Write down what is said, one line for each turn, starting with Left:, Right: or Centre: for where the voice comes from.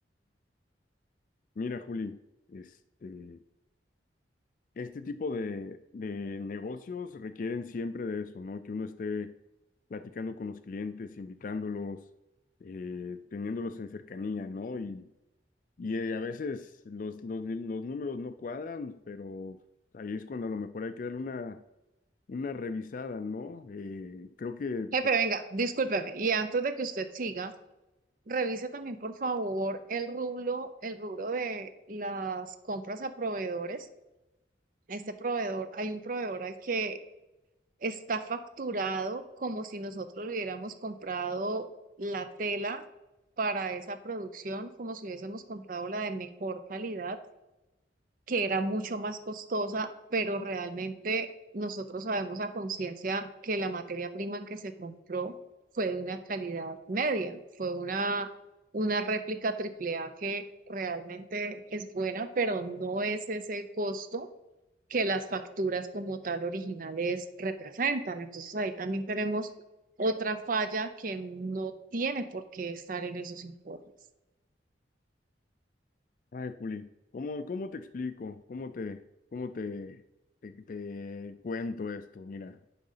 Left: Mira Juli, este, este tipo de, de negocios requieren siempre de eso, ¿no? Que uno esté platicando con los clientes, invitándolos, eh, teniéndolos en cercanía, ¿no? Y, y eh, a veces los, los los números no cuadran, pero ahí es cuando a lo mejor hay que darle una una revisada, ¿no? Eh, creo que,
Right: Jefe, venga, discúlpeme. Y antes de que usted siga, revise también, por favor, el rubro, el rubro de las compras a proveedores. Este proveedor, hay un proveedor al que está facturado como si nosotros hubiéramos comprado la tela para esa producción, como si hubiésemos comprado la de mejor calidad, que era mucho más costosa, pero realmente nosotros sabemos a conciencia que la materia prima que se compró fue de una calidad media, fue una, una réplica triple A que realmente es buena, pero no es ese costo que las facturas como tal originales representan. Entonces ahí también tenemos otra falla que no tiene por qué estar en esos informes.
Left: ay, Juli, ¿cómo, cómo te explico? ¿Cómo te, cómo te, te, te cuento esto? Mira,